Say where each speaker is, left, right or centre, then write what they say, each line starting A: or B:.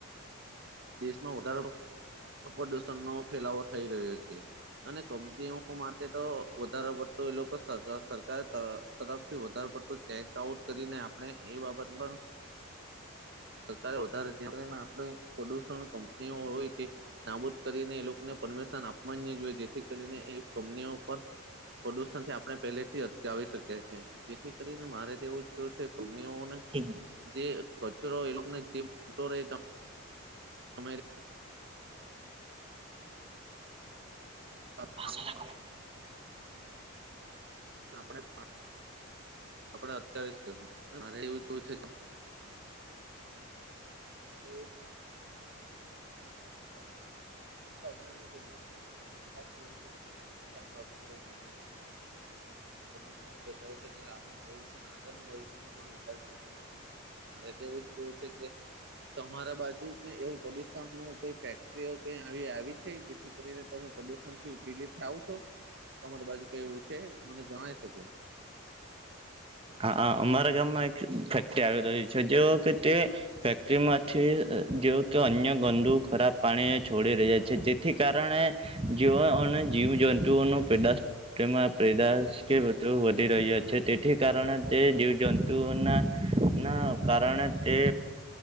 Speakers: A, on the right; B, on the right.
A: દેશમાં વધારો પ્રદુષણનો ફેલાવો થઈ રહ્યો છે. અને કંપનીઓ માટે તો વધારો પડતો એ લોકો સર સરકાર તરફથી વધારે પડતું ચેક આઉટ કરીને આપણે એ બાબત પણ. સરકારે વધારે ધ્યાનને આપણે પ્રદુષણ કંપનીઓ હોય તે. નાબૂદ કરીને એ લોકોને પરમિશન આપ જોઈએ જેથી કરીને એ કંપનીઓ પર. પ્રદુષણ થી આપણે પેલેથી અટકાવી શકીએ છીએ. જેથી કરીને મારે તેવું કેું છે કંનીઓને
B: હમ.
A: જે કચરો એ લોકોને જેટો રહે. અ <unintelligible>
B: અ <unintelligible>
A: આપ <unintelligible> આપડે અટકાવીશ કશું, મારે એવું કવ છે કે એવું આપણે જે બ તેમ પ્રયાસો કરવા જ જોઈએ. અમારે તો હમણાંને જનરેશન લોકોને ખાસ કેવું છે કે પ્રદુષણ છે આપણેે અટકાવું જોઈએ જેથી કરીને આપણે પ્રદુષણ બચાવી શકીએ આપણું ભવિષ્ય આગળ ન ભવિષ્ય ન પણ વિચારી શકીએ છીએ. મારે તો એવું જ કેવું છે કે તમારા બાજુ કઈ એવું પ્રદુષણ નું કઈ ફેક્ટરીઓ કઈ આવી આવી છે જેથી કરીને તમે પ્રદુષણ પી થાવું છો, તમારી બાજુ કેવું છે મને જણાય શકો?
B: હા અમારા ગામમાં એક ફેક્ટરી આવી રહી છે જે કે તે. ફેક્ટરીમાંથી જેવ કે અન્ય ગંદુ ખરાબ પાણી છોડી રહ્યા છે જેથી કારણે. જેઓ અને જીવ જંતુઓ ન પેદાશ તેમાં પેદા કે બધું વધી રહ્યા છે તે કારણે તે જીવજંતુઓના, ના કારણે તે